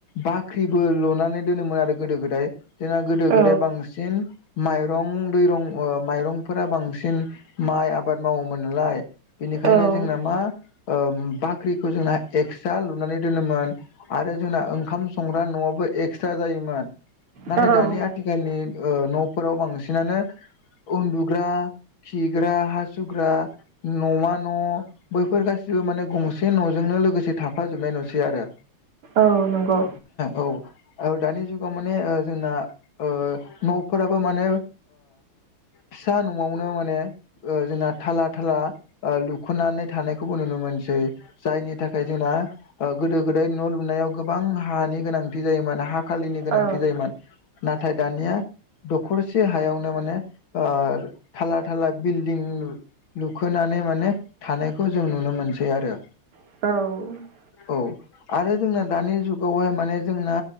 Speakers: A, on the left; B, on the right.
A: बाख्रिबो लुनानै दोनोमोन आरो गोदो गोदाय जोंना गोदो
B: औ
A: गोदाय बांसिन बांसिन माइरं दैरं माइरंफोरा बांसिन माइ आबाद मावोमोन नालाय बेनिखायनो
B: औ
A: जोंना मा बाख्रिखौ जोंना एक्सट्रा लुनानै दोनोमोन आरो जोंना ओंखाम संग्रा न'आवबो एक्सट्रा जायोमोन नाथाय
B: औ
A: दानिया आथिखालनि न'फोराव बांसिनानो उन्दुग्रा खिग्रा हासु सुग्रा न'मा न' बैफोर गासिबो माने गंसे न'जोंनो लोगोसे थाफाजोबनाय नुसै आरो
B: औ नंगौ
A: औ दानि जुगाव माने जोंना ओ न'फोराबो माने फिसा न'आवनो माने ओ जोंना थाला थाला लुख'नानै थानायखौबो नुनो मोनसै जायनि थाखाय जोंना गोदो गोदाय न' लुनायाव गोबां हानि गोनांथि जायोमोन हा खालिनि गोनांथि
B: औ
A: जायोमोन नाथाय दानिया दखरसे हायावनो माने ओ थाला थाला बिल बिनि लुखोनानै माने थानायखौ जों नुनो मोनसै आरो
B: औ
A: औ आरो जोंना दानि जुगावहाय माने जोंना